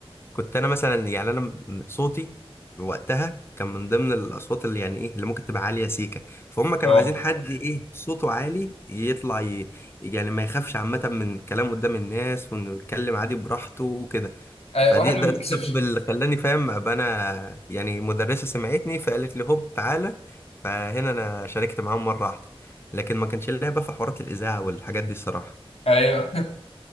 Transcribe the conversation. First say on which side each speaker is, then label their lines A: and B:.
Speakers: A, on the left (about 25°); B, on the left (about 80°).
A: كنت انا مثلا يعني انا م- صوتي وقتها كان من ضمن الاصوات اللي يعني ايه اللي ممكن تبقى عاليه سيكه فهم كانوا
B: اه
A: عايزين حد ايه صوته عالي يطلع ي... يعني ما يخافش عامه من الكلام قدام الناس وانه يتكلم عادي براحته وكده
B: أي-
A: فدي
B: واحد ما
A: ده ده
B: بيكسبش
A: السبب اللي خلاني فاهم ابقى انا يعني مدرسه سمعتني فقالت لي هوب تعالى فهنا انا شاركت معاهم مره واحده لكن ما كانش ليا بقى في حوارات الاذاعه والحاجات دي الصراحه
B: ايوه